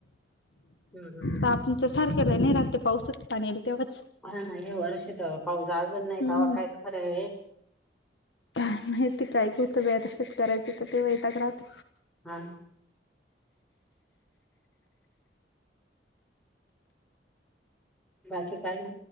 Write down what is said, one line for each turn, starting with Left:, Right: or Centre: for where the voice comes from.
Centre: हम्म हम्म हम्म
Left: आपच्या सारखे नाही राहते पावसाच पाणी तेवढच
Centre: हा नाही हे वर्ष पाऊस अजून नाही
Left: हम्म
Centre: तवा काय खरं
Left: काय माहिती काय होतं <unintelligible> शेत करायचं तर ते व्हाैताक राहत
Centre: हा बाकी काय आणि